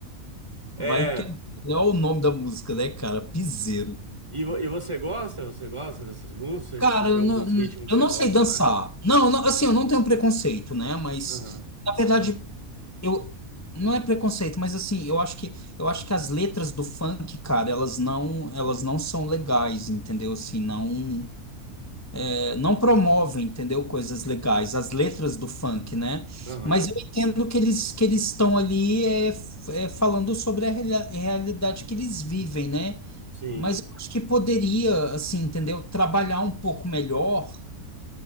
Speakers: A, on the right; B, on the left.
A: É,
B: Vai entender. Olha o nome da música, né, cara? Piseiro.
A: E, vo- e você gosta? Você gosta dessas músicas?
B: Cara,
A: Você tem
B: eu
A: alguns
B: não,
A: ritmos
B: eu
A: que você
B: não
A: gosta
B: sei dançar.
A: mais?
B: Não, não, assim, eu não tenho preconceito, né? Mas,
A: Aham,
B: na verdade, Eu não é preconceito, mas assim, eu acho que eu acho que as letras do funk, cara, elas não elas não são legais, entendeu? Assim, não é, não promovem, entendeu? Coisas legais, as letras do funk, né?
A: aham,
B: Mas eu entendo que eles que eles estão ali é, f- é, falando sobre a reali- realidade que eles vivem, né?
A: sim.
B: Mas eu acho que poderia, assim, entendeu? Trabalhar um pouco melhor